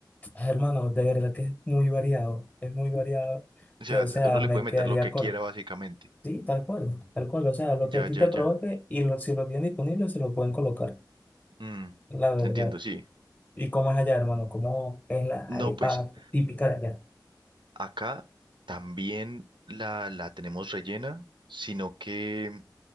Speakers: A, on the left (about 20°); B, on the right (about 85°).
A: Hermano, de verdad que es muy variado, es muy variado,
B: o sea,
A: que o sea,
B: uno le
A: me
B: puede meter
A: quedaría
B: lo que
A: corto.
B: quiera básicamente.
A: Sí, tal cual, tal cual, o sea, lo que
B: Ya,
A: a ti
B: ya,
A: te provoque
B: ya.
A: y lo- si lo tienen disponible se lo pueden colocar,
B: Mm,
A: la verdad.
B: entiendo, sí.
A: ¿Y cómo es allá, hermano? ¿Cómo es la
B: No,
A: arepa
B: pues
A: típica de allá?
B: acá también la, la tenemos rellena, sino que,